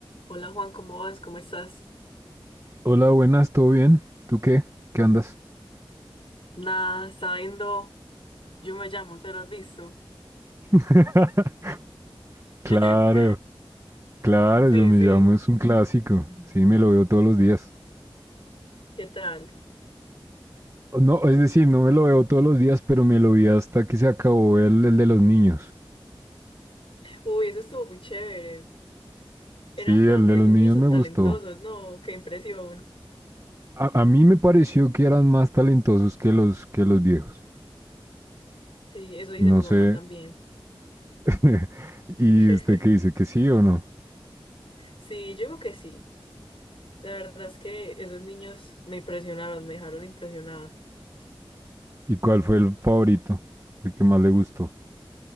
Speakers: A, on the left; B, on the right.
A: Hola Juan, ¿cómo vas? ¿Cómo estás?
B: Hola, buenas, ¿todo bien? ¿Tú qué? ¿Qué andas?
A: Nada, está viendo. Yo me llamo, ¿te lo has visto?
B: <laughs> Claro,
A: <laughs>
B: claro,
A: Sí,
B: yo me
A: sí.
B: llamo, es un clásico. Sí, me lo veo todos los días.
A: ¿Qué tal?
B: No, es decir, no me lo veo todos los días, pero me lo vi hasta que se acabó el, el de los niños.
A: Uy, eso estuvo muy chévere. Eran
B: Sí,
A: tan,
B: el de
A: esos
B: los niños
A: niños son
B: me
A: talentosos,
B: gustó.
A: ¿no? Qué impresión.
B: A, a mí me pareció que eran más talentosos que los, que los viejos.
A: Sí, eso dice
B: No
A: mi mamá
B: sé.
A: también.
B: <laughs> ¿Y
A: <laughs>
B: usted qué dice? ¿Que sí o no?
A: Sí, yo digo que sí. La verdad es que esos niños me impresionaron, me dejaron impresionada.
B: ¿Y cuál fue el favorito? El que más le gustó.